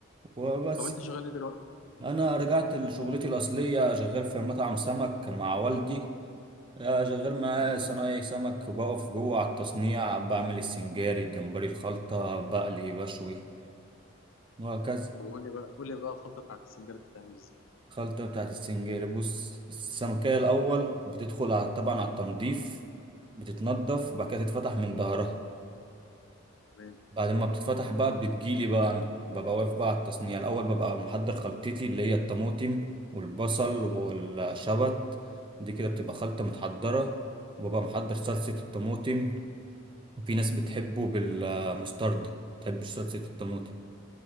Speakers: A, on the right; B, on the left.
A: وبس
B: طب انت شغال ايه دلوقتي؟
A: انا رجعت لشغلتي الاصليه شغال في مطعم سمك مع والدي آه، شغال معاه
B: مم.
A: صنايعي سمك بقف جوه على التصنيع بعمل السنجاري الجمبري الخلطه بقلي بشوي وهكذا
B: طب قول لي بقى قول لي بقى الخلطه بتاعت السنجارة بتتعمل ازاي؟
A: الخلطه بتاعت السنجاري بص السمكيه الاول بتدخل على طبعا على التنظيف بتتنضف وبعد كده تتفتح من ظهرها
B: تمام
A: بعد ما بتتفتح بقى بتجيلي بقى أنا ببقى واقف بقى على التصنيع الأول ببقى محضر خلطتي اللي هي الطماطم والبصل والشبت دي كده بتبقى خلطة متحضرة وببقى محضر صلصة الطماطم وفي ناس بتحبه بالمستردة متحبش صلصة الطماطم